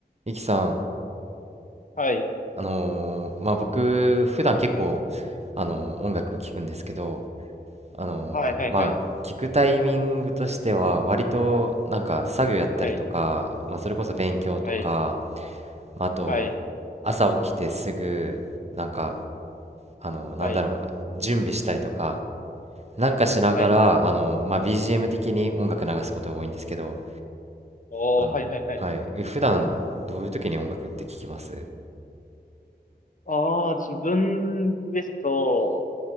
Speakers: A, on the right; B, on the left.
A: ゆきさん、
B: はい。
A: あのーまあ僕、普段結構、あのー音楽聴くんですけど、あのーまあ聴くタイミングとしては、
B: はい、はい、はい。
A: 割となんか作業やったりとか、
B: はい、
A: まあそれこそ勉強とか、
B: はい、
A: まああと
B: はい、
A: 朝起きてすぐ、なんか、あのーなんだろう、
B: はい、
A: 準備したりとか、なんかしながら、
B: はい。
A: あのーまあ BGM 的に音楽流すことが多いんですけど、
B: おー、
A: あの、
B: はい、はい、はい。
A: はい、え普段どういう時に音楽って聴きます
B: ああ、自分ですと、